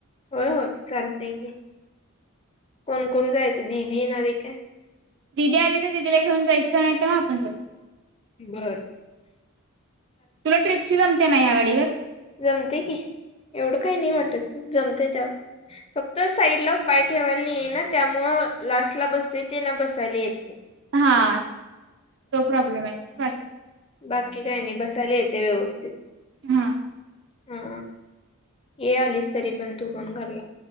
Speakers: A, on the left; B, on the right.
A: होय होय, चालतंय की, कोण कोण जायचं, दीदी येणारे काय?
B: दिदी आली तर दीदीला घेऊन जायचं नाही ना आपण जाऊ
A: बरर
B: तुला ट्रिपची जमते ना या गाडीवर
A: जमते की एवढं काही नाही वाटत तू जमते त्यावर फक्त साईडला पाय ठेवायला नाहीय ना त्यामुळ लास्ट ला बसते ते ना बसायला येत.
B: हा तो प्रॉब्लेम आहे स बाकी
A: बाकी काही नाही बसायला येते व्यवस्थित
B: हा.
A: हा ये आलीस तरी पण, तू पण घरला,